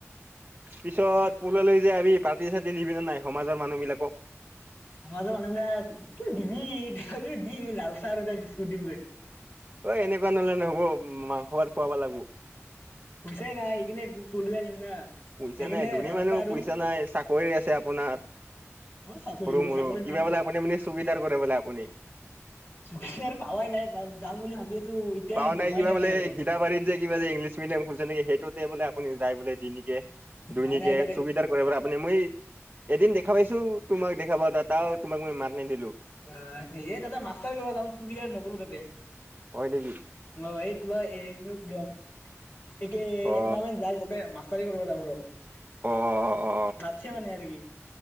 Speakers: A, on the right (about 30°); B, on the left (about 50°).
A: পিছত পলুৱাই লৈ লৈ আনি পাৰ্টি চাৰ্টি দিবিনে নাই সমাজৰ মানুহ বিলাকক?
B: সমাজৰ মানুহবিলাক কি দিবি লাল চাহ এটা বিস্কুট দিম দে
A: অঁ এনেকুৱা নহলে নহব মাংস ভাত খুৱাবা লাগবো।
B: পইচাই নাই সেই কাৰনে পলুৱাই আনিম না
A: পইচা
B: সেইকাৰণে
A: নাই ধুনী
B: লাল
A: মানুহ
B: চাহ আৰু
A: পইচা নাই চাকৰি আছে আপোনাৰ
B: অ চাকৰি
A: সৰু
B: বোলো
A: মৰো
B: চাকৰি
A: কিবা
B: নাই
A: বোলে চকীদাৰ কৰে বোলে আপুনি।
B: চাকৰি আৰু পাৱাই নাই যাম বুলি ভাবি আছো এতিয়াই
A: পাৱ
B: দমাই
A: নাই কিবা
B: দিয়া
A: বোলে
B: ঘৰত
A: সিথাবাৰীত যে কিবা যে ইংলিছ মিডিয়াম খুলিছে নে কি সেইটোতে বোলে আপুনি যায় বোলে দৈনিকে
B: নাই নাই তাতে
A: চুকিদাৰ কৰে পৰা আপুনি মই এদিন দেখা পাইছো তোমাক দেখা পা এ তাত তোমাক মই মাত নিদিলো
B: অ এ তাতে মাষ্টৰ <unintelligible> চকীদাৰ নকৰো তাতে
A: হয় নেকি
B: অ এই কিবা এই <unintelligible> একে
A: অ
B: একমাহান যায় তাতে মা <unintelligible>
A: অ অ অ
B: <unintelligible> মানে আৰু কি